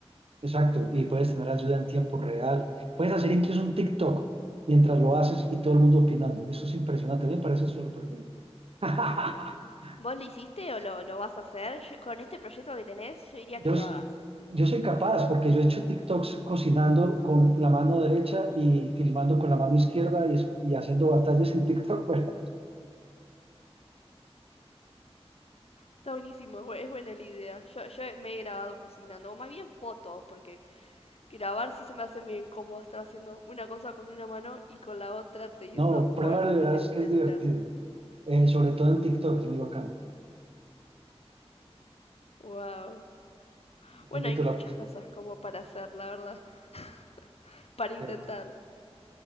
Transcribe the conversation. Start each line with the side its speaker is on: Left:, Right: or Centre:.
Right: Exacto, y puedes tener ayuda en tiempo real. Puedes hacer incluso un TikTok mientras lo haces y todo el mundo opinando. Eso es impresionante, me parece sorprendente. <laughs>
Left: ¿Vos lo hiciste o lo, lo vas a hacer? Yo- con este proyecto que tenés, yo diría que
Right: Yo,
Left: lo
Right: s-
Left: hagas.
Right: yo soy capaz porque yo he hecho TikToks cocinando con la mano derecha y filmando con la mano izquierda y, es- y haciendo batallas en TikTok. <laughs> ¿verdad?
Left: Está buenísimo, es bu- es buena la idea. Yo, yo me he grabado cocinando, o más bien fotos, porque grabar sí se me hace medio incómodo estar haciendo una cosa con una mano y con la otra teniendo
Right: No,
Left: como
Right: prueba
Left: el,
Right: de verás
Left: el
Right: que
Left: celular.
Right: es divertido. Eh, sobre todo en TikTok, es muy bacano.
Left: Wow.
Right: Yo te
Left: Bueno,
Right: invito
Left: hay muchas
Right: a la próxima.
Left: cosas como para hacer, la verdad. <laughs> Para intentar.
Right: ¿cierto?